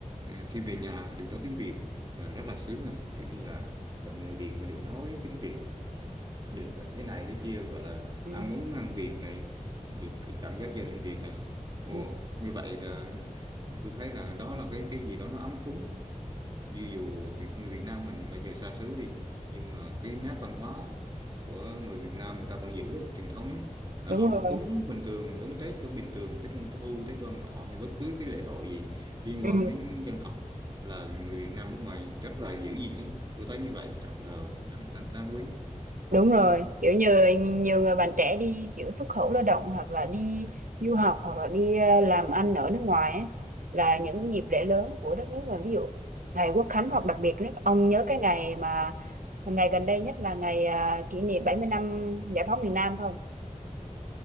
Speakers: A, on the right; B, on the right.
A: ừ, khi về nhà được nói tiếng Việt là rất là sướng à kiểu như là gặp người Việt mà được nói tiếng Việt được thế này thế kia gọi là
B: ừ,
A: ăn muốn ăn Việt này được cảm giác gia đình Việt này ồ
B: ừ.
A: như vậy là tôi thấy là đó là cái cái gì đó nó ấm cúng như dù Việt, người Việt Nam mình bây giờ xa xứ đi nhưng mà cái nét văn hóa của người Việt Nam người ta vẫn giữ ấy, truyền thống ấy là
B: đúng
A: họ vẫn
B: rồi
A: cúng bình thường đón Tết đón bình thường Tết Trung Thu Tết Đoan Ngọ hay bất cứ cái lễ hội gì liên
B: ừ.
A: quan đến dân tộc là người Việt Nam nước ngoài rất là giữ gìn ấy tôi thấy như vậy rất là đáng, đáng đáng quý
B: Đúng rồi, kiểu như nhiều người bạn trẻ đi kiểu xuất khẩu lao động hoặc là đi du học hoặc là đi ờ, làm ăn ở nước ngoài ấy, là những dịp lễ lớn của đất nước mình ví dụ ngày Quốc Khánh hoặc đặc biệt nhất ông nhớ cái ngày mà ngày gần đây nhất là ngày à, kỷ niệm 70 năm giải phóng miền Nam không?